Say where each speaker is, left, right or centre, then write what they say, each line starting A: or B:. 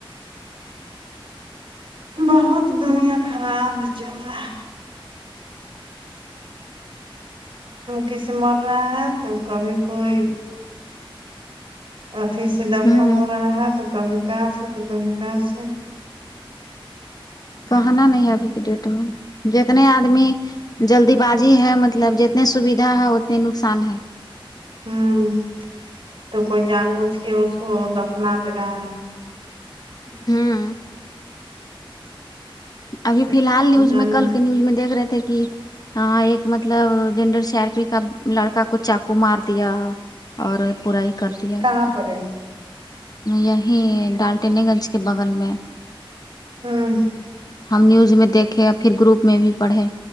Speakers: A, on the right; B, on the left.
A: بہت دنیا خراب چل رہا ہے کسی مر رہا ہے تو کبھی کوئی اھی سے دفن
B: ہوں
A: ہو رہا ہے تو کبھی کہاں سے تو کبھی کہاں سے
B: کہ نہ نہیں ہے ابھی کے ڈیٹ میں جتنے آدمی جلدی بازی ہے مطلب جتنے سویدھا ہے اتنے نقصان ہے
A: ہوں تو کوئی جان بوچھ کے اس کو دفنا دے رہا ہے
B: ہوں ابھی فی الحال نیوز
A: جان
B: میں کل کے نیوز میں دیکھ رہے تھے کہ ہاں ایک مطلب جنڈرل سی آر پی کا لڑکا کو چاقو مار دیا اور برائی کر دیا
A: کہاں
B: اس کو
A: پر ہے
B: یہی ڈالٹینی گنج کے بغل میں
A: ہاں
B: ہم نیوز میں دیکھے اور پھر گروپ میں بھی پڑھے